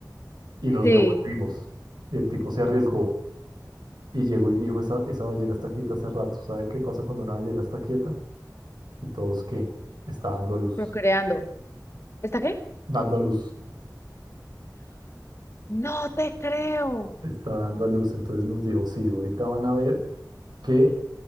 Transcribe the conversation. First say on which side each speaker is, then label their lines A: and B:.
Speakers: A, on the right (about 80°); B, on the left (about 40°).
A: y nos
B: Sí,
A: devolvimos. Y el tipo se arriesgó y llegó y dijo, esa, esa ballena está quieta hace rato. ¿Sabe qué pasa cuando una ballena está quieta? Y todos, ¿qué? Está dando a luz,
B: procreando. ¿Está qué?
A: dando a luz,
B: No te creo.
A: está dando a luz. Entonces nos dijo, sí, ahorita van a ver que